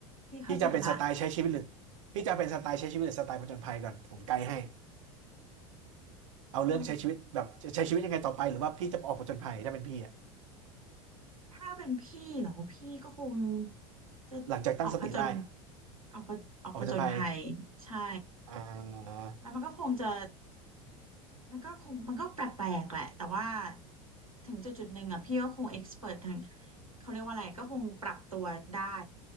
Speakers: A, on the right; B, on the right.
A: พี่เข้าใจละ
B: พี่จะเป็นสไตล์ใช้ชีวิตหรือพี่จะเป็นสไตล์ใช้ชีวิตหรือสไตล์ผจญภัยก่อนผมไกด์ให้ เอาเรื่องใช้ชีวิตแบบใช้ชีวิตยังไงต่อไปหรือว่าพี่จะออกผจญภัยถ้าเป็นพี่อะ
A: อืมถ้าเป็นพี่เหรอ พี่ก็คงจะออกผจญ
B: หลังจากตั้งสติได้
A: ออกผออกผจญภัยใช่
B: ออกผจญภัยอ่า
A: แล้วมันก็คงจะ มันก็คงมันก็แปลกๆแหละแต่ว่าถึงจุดจุดหนึ่งอ่ะพี่ก็คงเอ็กซ์เพรททางเขาเรียกว่าอะไรก็คงปรับตัวได้